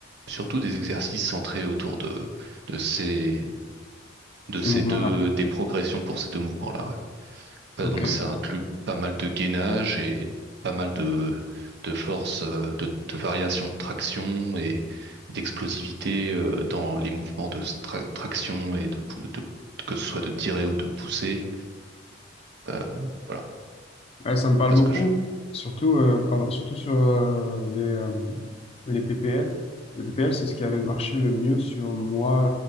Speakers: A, on the right; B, on the left.
A: surtout des exercices centrés autour de de ces de
B: ces
A: ces
B: mouvements-là.
A: deux des progressions pour ces deux mouvements-là. ouais. Euh,
B: Ok.
A: donc ça inclut pas mal de gainage et pas mal de, de force, euh, de, de variation de traction et d'explosivité euh, dans les mouvements de stra- traction et de, pou- de- que ce soit de tirer ou de pousser. Euh, voilà,
B: Ouais, ça me parle
A: parce
B: beaucoup,
A: que je,
B: surtout, euh, pardon, surtout sur euh, les, euh, les PPL. Les PPL, c'est ce qui avait marché le mieux sur moi